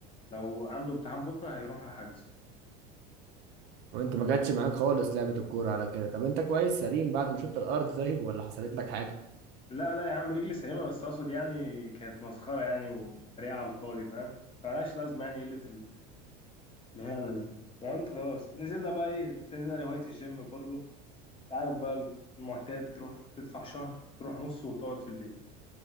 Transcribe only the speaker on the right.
وانت ما جاتش معاك خالص لعبه الكوره على كده طب انت كويس سليم بعد ما شطت الارض طيب ولا حصلت لك حاجه